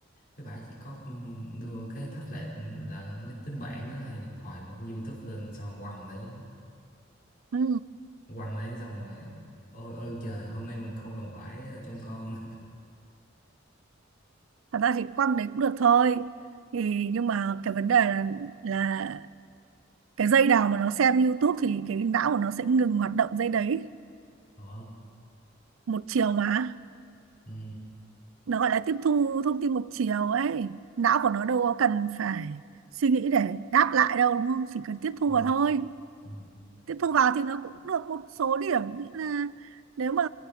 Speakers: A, on the left; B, on the right.
A: mấy bạn chỉ có đưa cái tablet là máy tính bảng á, hay điện thoại bật YouTube lên xong rồi quăng đấy
B: ừ.
A: quăng đấy xong rồi ôi ơn trời hôm nay mình không cần phải trông con
B: thật ra thì quăng đấy cũng được thôi thì nhưng mà cái vấn đề là, là cái dây nào mà nó xem YouTube thì cái não của nó sẽ ngừng hoạt động dây đấy
A: Ồ
B: một chiều mà
A: ừ,
B: nó gọi là tiếp thu thông tin một chiều ấy não của nó đâu có cần phải suy nghĩ để đáp lại đâu đúng không chỉ cần tiếp thu
A: ừ,
B: vào thôi
A: ừ.
B: tiếp thu vào thì nó cũng được một số điểm nghĩa là nếu mà